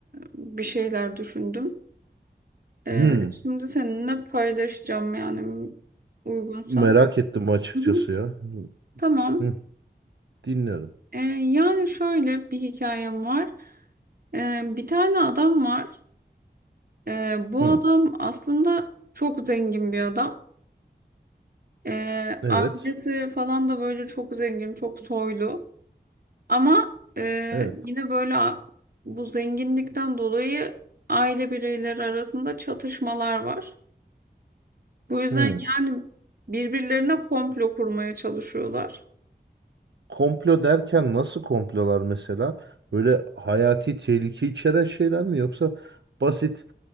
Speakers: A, on the right; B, on the right.
A: bir şeyler düşündüm. E,
B: Hı.
A: şimdi seninle paylaşacağım yani uygunsam.
B: Merak ettim açıkçası
A: Hı hı.
B: ya. Hı.
A: Tamam.
B: Hı. Dinliyorum.
A: Ee, yani şöyle bir hikayem var. Ee, bir tane adam var. Ee, bu
B: Hı.
A: adam aslında çok zengin bir adam. Ee,
B: Evet.
A: ailesi falan da böyle çok zengin, çok soylu. Ama e,
B: Evet.
A: yine böyle a- bu zenginlikten dolayı aile bireyleri arasında çatışmalar var. Bu yüzden
B: Hı.
A: yani birbirlerine komplo kurmaya çalışıyorlar.
B: Komplo derken nasıl komplolar mesela? Böyle hayati tehlike içeren şeyler mi yoksa basit